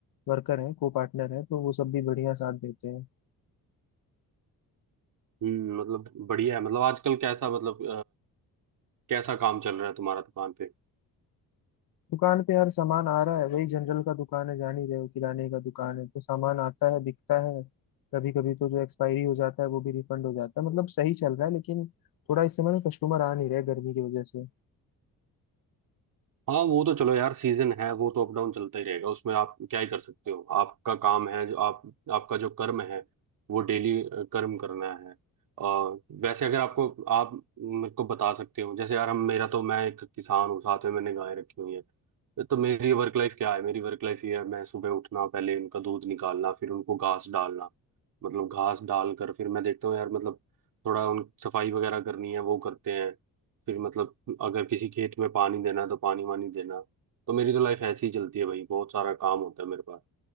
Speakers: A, on the left; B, on the right.
A: वर्कर हैं को पार्टनर हैं तो वो सब भी बढ़िया साथ देते हैं
B: हम्म मतलब बढ़िया है मतलब आजकल कैसा मतलब कैसा काम चल रहा है तुम्हारा दुकान पे
A: दुकान पे यार सामान आ रहा है वही जनरल का दुकान है जान ही रहे हो किराने का दुकान है तो सामान आता है बिकता है कभी कभी तो जो एक्सपायरी हो जाता है वो भी रिफंड हो जाता है मतलब सही चल रहा है लेकिन थोड़ा इस समय कस्टमर आ नहीं रहे गर्मी की वजह से
B: हाँ वो तो चलो यार सीजन है वो तो अप डाउन चलता ही रहेगा उसमें आप क्या ही कर सकते हो आपका काम है जो आप आपका जो कर्म है वो डेली कर्म करना है और वैसे अगर आपको आप मेरे को बता सकते हो जैसे यार हम मेरा तो मैं एक किसान हूँ साथ में मैंने गाय रखी हुई है तो मेरी वर्क लाइफ क्या है मेरी वर्क लाइफ ये है मैं सुबह उठना पहले उनका दूध निकालना फिर उनको घास डालना मतलब घास डाल कर फिर मैं देखता हूँ यार मतलब थोड़ा उन सफाई वगैरह करनी है वो करते हैं फिर मतलब अगर किसी खेत में पानी देना है तो पानी वानी देना तो मेरी तो लाइफ ऐसे ही चलती है भाई बहुत सारा काम होता है मेरे पास